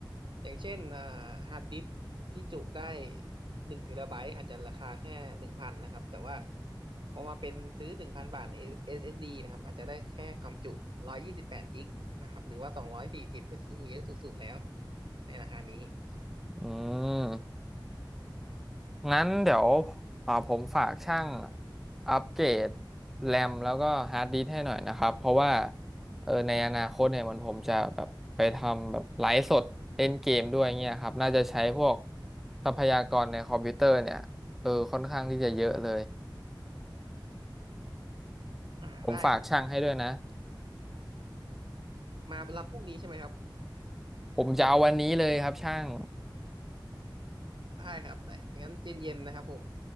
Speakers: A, on the right (about 80°); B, in the centre.
A: อย่างเช่นอ่าฮาร์ดดิสก์ที่จุได้หนึ่งเทราไบต์อาจจะราคาแค่หนึ่งพันนะครับแต่ว่าพอมาเป็นซื้อหนึ่งพันบาทใน SSD นะครับอาจจะได้แค่ความจุร้อยยี่สิบแปดกิกนะครับหรือว่าสองร้อยสี่สิบก็คือเยอะสุดๆแล้วในราคานี้นะครับ
B: อืม งั้นเดี๋ยวอ่าผมฝากช่างอัปเกรดแรมแล้วก็ฮาร์ดดิสก์ให้หน่อยนะครับเพราะว่าเออในอนาคตเนี่ยมันผมจะแบบไปทำแบบไลฟ์สดเล่นเกมด้วยเงี้ยครับน่าจะใช้พวกทรัพยากรในคอมพิวเตอร์เนี่ยเออค่อนข้างที่จะเยอะเลย
A: อ่าได้ครับ
B: ผมฝากช่างให้ด้วยนะ
A: มารับพรุ่งนี้ใช่ไหมครับ
B: ผมจะเอาวันนี้เลยครับช่าง
A: ได้ครับได้ครับงั้นเย็นๆนนะครับผม